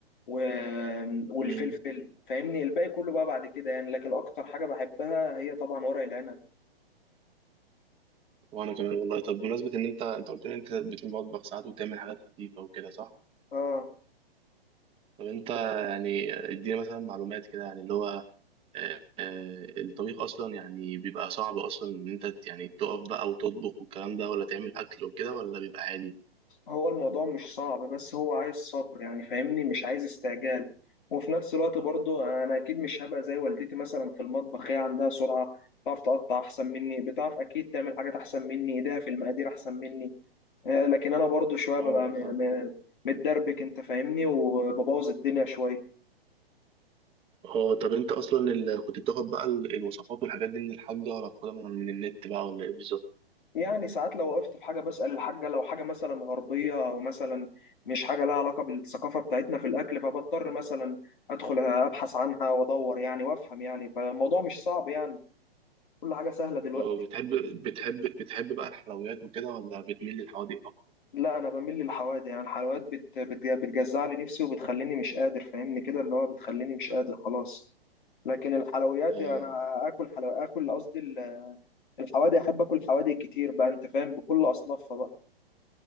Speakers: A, on the left (about 55°); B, on the right (about 20°).
A: و- والفلفل
B: مم.
A: فاهمني الباقي كله بقى بعد كده يعني لكن أكتر حاجة بحبها هي طبعا ورق العنب
B: وأنا كمان والله طب بمناسبة إن أنت أنت قلت لي أنت بتمطبخ ساعات وتعمل حاجات خفيفة وكده صح؟
A: آه
B: طب انت يعني ادينا مثلا معلومات كده يعني اللي هو آه، آه، الطبيخ اصلا يعني بيبقى صعب اصلا ان انت يعني تقف بقى وتطبخ والكلام ده ولا تعمل اكل وكده ولا بيبقى عادي
A: هو الموضوع مش صعب بس هو عايز صبر يعني فاهمني مش عايز استعجال وفي نفس الوقت برضو انا اكيد مش هبقى زي والدتي مثلا في المطبخ هي عندها سرعة بتعرف تقطع احسن مني بتعرف اكيد تعمل حاجات احسن مني ايديها في المقادير احسن مني آه، لكن انا برضو شوية ببقى
B: اه
A: م- م- متدربك انت فاهمني وببوظ الدنيا شوية
B: اه طب انت اصلا ال- كنت بتاخد بقى ال- الوصفات والحاجات دي من الحاجة ولا بتاخدها من من النت بقى ولا ايه بالظبط
A: يعني ساعات لو وقفت في حاجة بسأل الحاجة لو حاجة مثلا غربية أو مثلا مش حاجة لها علاقة بالثقافة بتاعتنا في الأكل فبضطر مثلا أدخل أبحث عنها وأدور يعني وأفهم يعني فالموضوع مش صعب يعني كل حاجة سهلة دلوقتي
B: اه بتحب بتحب بتحب بقى الحلويات وكده ولا بتميل للحوادق اكتر
A: لا أنا بميل للحوادق يعني الحلويات بت بت بتجزع لي نفسي وبتخليني مش قادر فاهمني كده اللي هو بتخليني مش قادر خلاص لكن الحلويات
B: اه
A: يعني أنا آكل حلو آكل قصدي ال- الحوادق أحب آكل حوادق كتير بقى أنت فاهم بكل أصنافها بقى